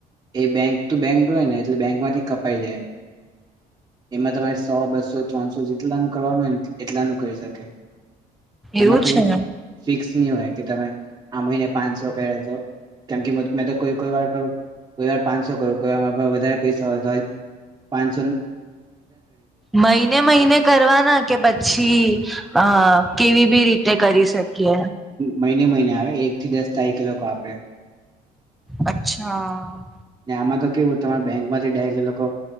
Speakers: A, on the right (about 20°); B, in the centre.
A: એ બેંક બેંક હોયને એટલે બેંકમાંથી કપાઈ જાય એમાં તમારે સો બસો ત્રણસો જેટલાનું કરવાનું હોય ને એટલાનું કરી શકે એમાં
B: એવું
A: કઈ
B: છે
A: ફિક્સ નહી હોય કે તમે આ મહિને પાંચસો કર્યા હતો કેમ કે મે તો કોઈ કોઈ વારુ કોઈ વાર પાંચસો કરું કોઈ વાર વધારે પૈસા હોય તો પાંચ
B: મહિને મહિને કરવાના કે પછી અ કેવી બી રીતે કરી શકે. કે.
A: મહિને મહિને આવે એક થી દસ તારીખ ઈ લોકો આપે.
B: અચ્છા.
A: ને આમાં તો કેવું તમારા બેંક માંથી ડાયરેક એ લોકો